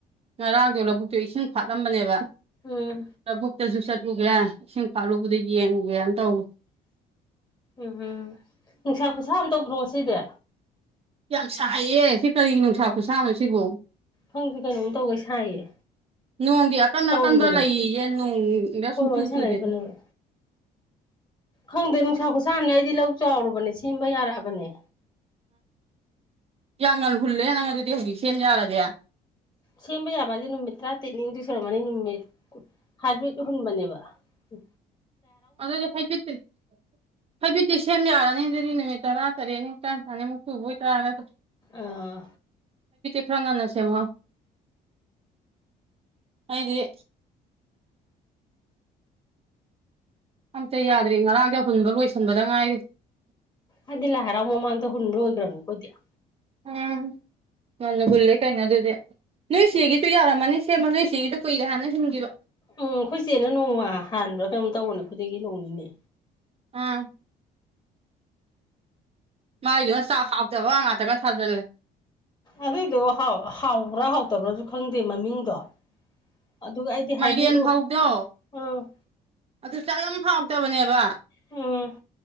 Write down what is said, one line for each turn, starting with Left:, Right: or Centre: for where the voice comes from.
Right: ꯉꯔꯥꯡꯗꯣ ꯂꯧꯕꯨꯛꯇꯣ ꯏꯁꯤꯡ ꯐꯥꯠꯂꯝꯕꯅꯦꯕ
Left: ꯎꯝ
Right: ꯂꯕꯨꯛꯇꯁꯨ ꯆꯠꯂꯨꯒꯦ ꯏꯁꯤꯡ ꯐꯥꯠꯂꯨꯕꯗ ꯌꯦꯡꯉꯨꯒꯦꯅ ꯇꯧꯋꯤ
Left: ꯎꯝ ꯎꯝ ꯅꯨꯡꯁꯥ ꯈꯨꯁꯥ ꯑꯃ ꯇꯧꯗ꯭ꯔꯣ ꯁꯤꯗꯤ
Right: ꯌꯥꯝ ꯁꯥꯏꯌꯦ ꯁꯤ ꯀꯔꯤ ꯅꯨꯡꯁꯥ ꯈꯨꯁꯥꯅꯣ ꯁꯤꯕꯨꯣ
Left: ꯐꯪꯗꯤꯦ ꯀꯩꯅꯣꯝ ꯇꯧꯒꯦ ꯁꯥꯏꯌꯦ
Right: ꯅꯣꯡꯗꯤ ꯑꯀꯟ
Left: ꯇꯧꯔꯤꯕꯅꯦ
Right: ꯑꯀꯟꯕ ꯂꯩꯌꯦ ꯅꯣꯡꯗ
Left: ꯍꯣꯏ
Right: ꯁꯨꯡꯆꯨ
Left: ꯋꯥꯔꯤ ꯁꯥꯟꯅꯔꯤꯕꯅꯦꯕ
Right: ꯆꯨꯗꯦꯗ
Left: ꯈꯪꯗꯦ ꯅꯨꯡꯁꯥ ꯈꯨꯁꯥꯅꯤ ꯑꯩꯗꯤ ꯂꯧ ꯆꯥꯎꯨꯕꯅꯦ ꯁꯦꯝꯕ ꯌꯥꯔꯛꯑꯕꯅꯦ
Right: ꯌꯥꯝꯌꯥꯒꯜ ꯍꯨꯜꯂꯦ ꯅꯪꯒꯜ ꯑꯗꯨꯗꯤ ꯍꯧꯖꯤꯛ ꯁꯦꯝ ꯌꯥꯔꯗꯤꯦ
Left: ꯁꯦꯝꯕ ꯌꯥꯕ ꯍꯥꯏꯁꯦ ꯅꯨꯃꯤꯠ ꯇꯔꯥ ꯇꯔꯦꯠꯅꯤꯗꯨ ꯁꯨꯔꯝꯃꯅꯤ ꯅꯨꯃꯤꯠ ꯍꯥꯏꯕ꯭ꯔꯤꯠ ꯍꯨꯟꯕꯅꯦꯕ ꯎ
Right: ꯑꯗꯨꯑꯣꯗꯤ ꯍꯥꯏꯩꯕꯤꯠꯇꯤ ꯍꯥꯏꯩꯕꯤꯠꯇꯤ ꯁꯦꯝ ꯌꯥꯔꯅꯤ ꯑꯗꯨꯗꯤ ꯅꯨꯃꯤꯠꯇꯔꯥꯔꯤꯅꯤ ꯆꯥꯟꯁꯃ ꯍꯣꯏꯇꯥꯔꯒ
Left: ꯑꯥ
Right: ꯈꯔ ꯉꯟꯅꯁꯦꯃꯨꯣ ꯑꯩꯗꯤꯕꯂ ꯑꯝꯇ ꯌꯥꯗ꯭ꯔꯤ ꯉꯔꯥꯡꯗꯤ ꯍꯨꯟꯕ ꯂꯣꯏꯁꯤꯟꯕꯗ ꯉꯥꯏꯔꯤ
Left: ꯑꯗꯨꯗꯤ ꯂ ꯍꯔꯥꯎꯃꯃꯗ ꯍꯨꯟ ꯑꯣꯏꯣꯏꯒ꯭ꯔꯃꯦ ꯀꯣꯠꯇꯌꯥ
Right: ꯑꯥ ꯌꯥꯝꯅ ꯍꯨꯜꯂꯦ ꯀꯩꯅꯣ ꯑꯗꯨꯗꯤ ꯅꯣꯏ ꯁꯤꯒꯤꯁꯨ ꯌꯥꯔꯝꯃꯅꯤ ꯁꯦꯝꯕ ꯅꯣꯏ ꯁꯤꯒꯤꯁꯨ ꯀꯨꯏꯔꯦ ꯍꯥꯟꯅ ꯍꯟꯈꯤꯕ
Left: ꯎꯝ ꯑꯩꯈꯣꯏꯆꯦꯅ ꯅꯣꯡꯃ ꯍꯥꯟꯕ꯭ꯔꯥ ꯀꯩꯅꯣꯝ ꯇꯧꯕꯅꯦ ꯈꯨꯈꯩꯒꯤ ꯅꯣꯡꯅꯤꯅꯦ
Right: ꯑꯥ ꯃꯥꯏꯗꯨꯅ ꯆꯥꯛ ꯍꯥꯎꯇꯕ ꯉꯥꯛꯇꯪꯒ ꯊꯥꯖꯤꯜꯂꯦ
Left: ꯑꯗꯨꯏꯗꯣ ꯍꯥꯎꯕ꯭ꯔꯥ ꯍꯥꯎꯇꯕ꯭ꯔꯥꯁꯨ ꯈꯪꯗꯦ ꯃꯃꯤꯡꯗꯣ ꯑꯗꯨꯒ ꯑꯩꯗꯤ ꯍꯥꯏꯕꯤꯔꯛꯑꯣ
Right: ꯃꯥꯏꯔꯦꯟ ꯐꯧꯗꯣ
Left: ꯎꯝ
Right: ꯑꯗꯨ ꯆꯥꯛ ꯌꯥꯝ ꯐꯥꯎꯗꯕꯅꯦꯕ
Left: ꯎꯝ